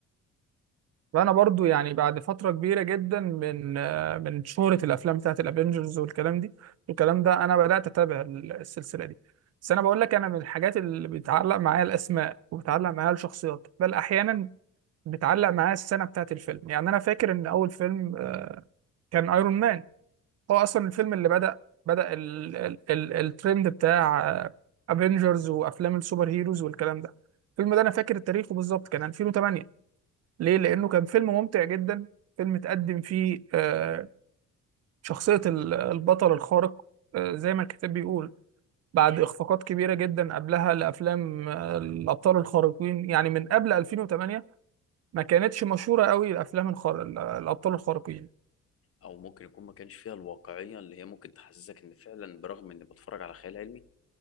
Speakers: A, on the right; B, on the left.
A: فانا برضو يعني بعد فتره كبيره جدا من آه، من شهره الافلام بتاعت الافينجرز والكلام دي والكلام ده انا بدات اتابع ال- السلسله دي بس انا بقول لك انا من الحاجات اللي بيتعلق معايا الاسماء وبتعلق معايا الشخصيات بل احيانا بتعلق معايا السنه بتاعت الفيلم يعني انا فاكر ان اول فيلم آه، كان ايرون مان هو اصلا الفيلم اللي بدا بدا ال ال ال الترند بتاع افينجرز وافلام السوبر هيروز والكلام ده الفيلم ده انا فاكر تاريخه بالظبط كان 2008 ليه؟ لأنه كان فيلم ممتع جدا فيلم تقدم فيه آه، شخصية ال- البطل الخارق آه، زي ما الكتاب بيقول بعد إخفاقات كبيرة جدا قبلها لأفلام آه، الأبطال الخارقين يعني من قبل 2008 ما كانتش مشهورة قوي الأفلام الخار... ال- الأبطال الخارقين
B: او ممكن يكون ما كانش فيها الواقعيه اللي هي ممكن تحسسك ان فعلا برغم اني بتفرج على خيال علمي